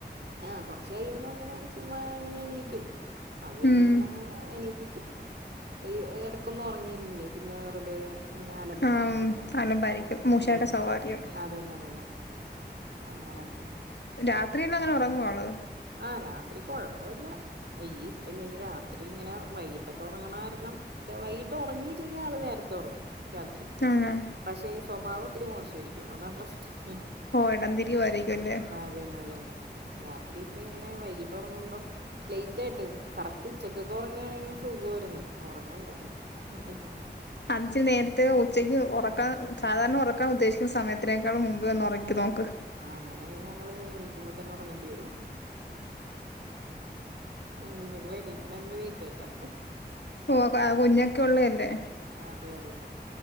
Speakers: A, on the right (about 70°); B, on the left (about 75°).
A: ആഹ് കൊറച് കയിമ്പോ ഇങ്ങനെ ചുമ്മാ അങ്ങനെ എണീക്കും അത് കഴിഞ്ഞ
B: ഉം
A: പിന്നെ എണീപ്പിക്കും <unintelligible> ഇടക്കൊന്ന് ഉറങ്ങിയില്ലങ്കില് പിന്നെ വെറുതെ ഇങ്ങനെ അലമ്പ്
B: ആഹ്
A: ഉണ്ടാക്കും കിടന്ന
B: അലമ്പായിരിക്കും മൂശയുടെ
A: ഉം
B: സ്വഭാവമായിരിക്കും
A: അതന്നെ അതന്നെ അങ്ങനെക്കെ.
B: രാത്രില് അങ്ങനെ ഉറങ്ങൊവള്?
A: ആ രാത്രി കൊഴപ്പഇല്ല ഈ ഇപ്പ ഇങ്ങനെ രാത്രിങ്ങനെ വൈകിട്ടൊക്കെ ഒറങ്ങണാരണം ല്ല വൈകിട്ട് ഒറങ്ങിയില്ലെങ്കി ആള് നേരത്തെ ഒറങ്ങും രാത്രി
B: ആഹ്
A: പക്ഷെ ഈ സ്വഭാവം ത്തിരി മോശയിരിക്ക്യും അതാ പ്രശ്നം
B: ഓ എടംതിരിവായിരിക്കും അല്ലേ
A: അതന്നെ അതന്നെ രാത്രി ഇപ്പങ്ങനെ വൈകിട്ട് ഉറങ്ങുമ്പം ലൈറ്റ് ആയിട്ട് കറക്റ്റ് ഉച്ചക്കൊക്കെ ഒറങ്ങണെങ്കി സുഖയിരുന്നു ഒറങ്ങണ്ടേ ഉം ഉം
B: അഞ്ച് നേരത്തെ ഉച്ചയ്ക്ക് ഒറക്കാൻ സാധാരണ ഒറക്കാൻ ഉദ്ദേശിക്കുന്ന സമയത്തിനേക്കാളും മുമ്പേഒന്ന് ഒറക്കി നോക്ക്
A: ആ അങ്ങനെയണെങ്കി ങ്ങള് എണീക്കുമ്പോ തന്നെ ഉറങ്ങേണ്ടി വരും ഉം ഞങ്ങള് എണീക്കണന്നെ ലേറ്റായിട്ടാ
B: ഓ പ്പ കുഞ്ഞൊക്കെ ഉള്ളല്ലേ
A: അതെ അതെ